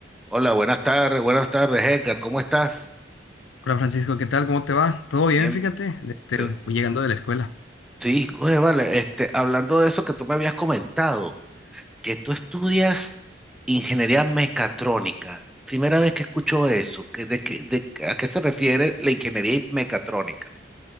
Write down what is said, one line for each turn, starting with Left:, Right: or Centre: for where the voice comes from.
Centre: Hola, buenas tardes, buenas tardes, Edgar, ¿cómo estás?
Left: Hola Francisco, ¿qué tal? ¿Cómo te va? Todo bien,
Centre: Bien.
Left: fíjate. de Este,
Centre: Sí,
Left: voy llegando de la escuela.
Centre: Sí, oye, vale, este, hablando de eso que tú me habías comentado, que tú estudias ingeniería mecatrónica. Primera vez que escucho eso, que, de, qué- de, qué- ¿a qué se refiere la ingeniería mecatrónica?